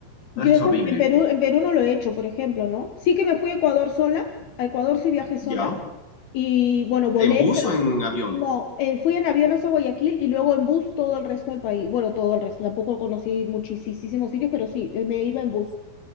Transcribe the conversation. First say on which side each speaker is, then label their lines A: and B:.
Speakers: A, on the left; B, on the left.
A: yo
B: no, es
A: eso
B: horrible.
A: en Perú, en Perú no lo he hecho, por ejemplo, ¿no? Sí que me fui a Ecuador sola, a Ecuador sí viajé sola
B: ¿Ya?
A: y bueno, volé,
B: ¿En bus
A: pero
B: o en avión?
A: no, eh, fui en avión hasta Guayaquil y luego en bus todo el resto del país. Bueno, todo el resto, tampoco conocí muchísimos sitios, pero sí, eh, me iba en bus.